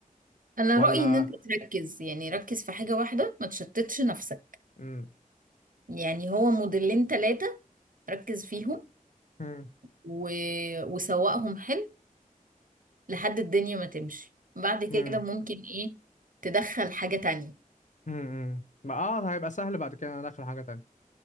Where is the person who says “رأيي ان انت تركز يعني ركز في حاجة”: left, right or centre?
Right